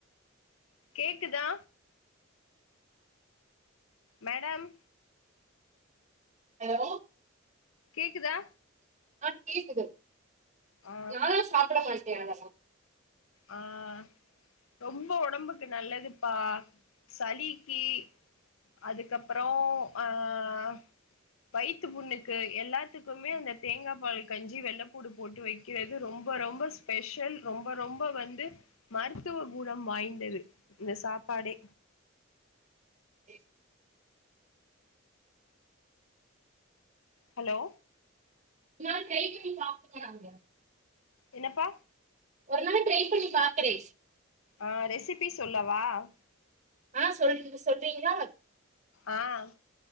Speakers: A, on the left; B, on the right.
A: கேக்குதா மேடம்
B: ஹலோ
A: கேக்குதா
B: ஆ கேக்குது
A: ஆ
B: நானு சாப்ட போய்டனால
A: ஆஹ் ரொம்ப ஒடம்புகு நல்லதுபா சலிக்கி அதுகப்றம் அஹ் வைத்து புண்ணுகு எலாதுகுமே அந்த தேங்கா பால் கஞ்சி வெள்ளபூடு போட்டு வைகிறது ரொம்பரொம்ப ஸ்பெஷல் ரொம்பரொம்ப ரொம்ப வந்து மருதுவ குணம் வாய்ந்தது இந்த சாபாடே
B: <unintelligible>
A: ஹலோ
B: இதனால கைகேயி சாபிராங்க
A: என்னப்பா
B: ஒரு நாள் ட்ரை பண்ணி பாக்குறே
A: ஆஹ் ரெசிபி சொல்லவா ஆ
B: ஆஹ் சொல் சொல்றீங்களா
A: ஆஹ்